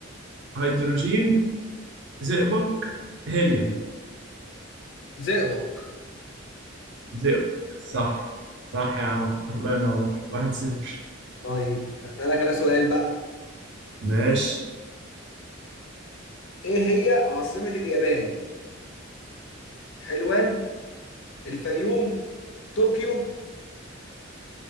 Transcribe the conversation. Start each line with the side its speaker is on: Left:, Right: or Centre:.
Right: هيدروجين زئبق هيليوم
Left: زئبق
Right: زئبق صح صح يا عم الله ينور واحد صفر
Left: طيب اسالك انا سؤال بقى
Right: ماشي
Left: ايه هي عاصمه اليابان حلوان الفيوم طوكيو